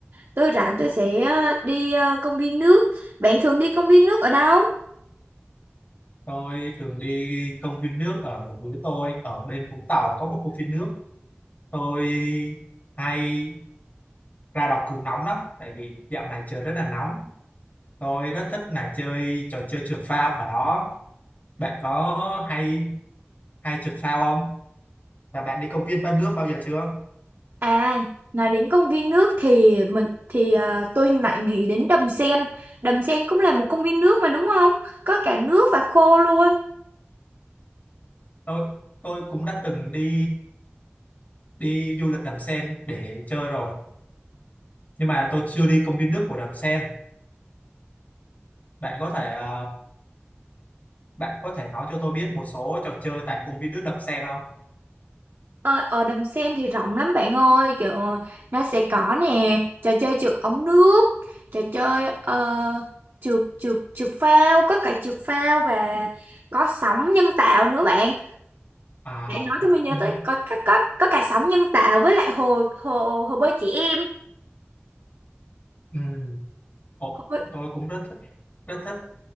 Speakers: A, on the right (about 60°); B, on the left (about 40°).
A: tôi rảnh tôi sẽ à, đi à, công viên nước bạn thường đi công viên nước ở đâu
B: tôi thường đi công viên nước ở với tôi ở bên Vũng Tàu có một công viên nước tôi hay ra đọc cứu nóng lắm tại vì dạo này trời rất là nóng tôi rất thích là chơi trò chơi trượt phao ở đó bạn có hay hay trượt phao không và bạn đi công viên ba nước bao giờ chưa
A: À, nói đến công viên nước thì mình thì à, tôi lại nghĩ đến Đầm Sen. Đầm Sen cũng là một công viên nước mà đúng không? Có cả nước và khô luôn.
B: tôi tôi cũng đã từng đi đi du lịch Đầm Sen để chơi rồi nhưng mà tôi chưa đi công viên nước của Đầm Sen bạn có thể ờ, bạn có thể nói cho tôi biết một số trò chơi tại công viên nước Đầm Sen không
A: Ờ, ở Đầm Sen thì rộng lắm bạn ơi, kiểu ờ, nó sẽ có nè, trò chơi trượt ống nước, trò chơi ờ, trượt trượt trượt phao, có cả trượt phao và có sóng nhân tạo nữa bạn.
B: à
A: Để nói tôi mới nhớ
B: ừ,
A: tới có có có, có cả sóng nhân tạo với lại hồ hồ hồ bơi trẻ em.
B: ừ. Ồ,
A: Hồ bơi,
B: tôi cũng rất thích rất thích